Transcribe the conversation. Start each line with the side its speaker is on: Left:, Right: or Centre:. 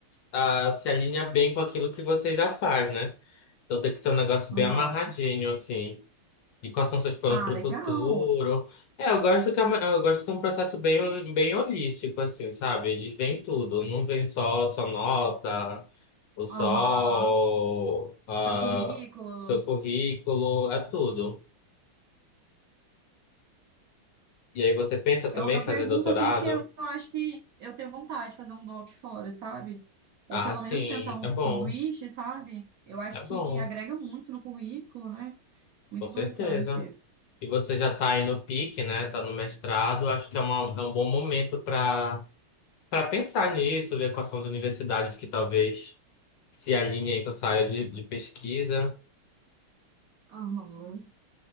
Left: ah, se alinha bem com aquilo que você já faz, né? Então tem que ser um negócio
Right: Aham.
Left: bem amarradinho, assim. E quais são seus planos
Right: Ah,
Left: para
Right: legal.
Left: o futuro? É, eu gosto que é uma- eu gosto que é um processo bem, bem holístico, assim, sabe? Eles veem tudo, não vem só sua nota, o sol,
Right: Aham.
Left: ah,
Right: Seu currículo.
Left: seu currículo, é tudo. E aí você pensa também
Right: Eu, eu
Left: em fazer
Right: pergunto
Left: doutorado?
Right: assim, porque eu acho que eu tenho vontade de fazer um doc fora, sabe? Ou
Left: Ah,
Right: pelo
Left: sim,
Right: menos tentar um
Left: é
Right: sanduíche,
Left: bom,
Right: sabe? Eu acho
Left: é
Right: que
Left: bom,
Right: agrega muito no currículo, né? Muito
Left: com
Right: importante.
Left: certeza. E você já está aí no pique, né? Tá no mestrado, acho que é, uma, é um bom momento para Para pensar nisso, ver quais são as universidades que talvez se alinhem com essa área de, de pesquisa.
Right: Aham.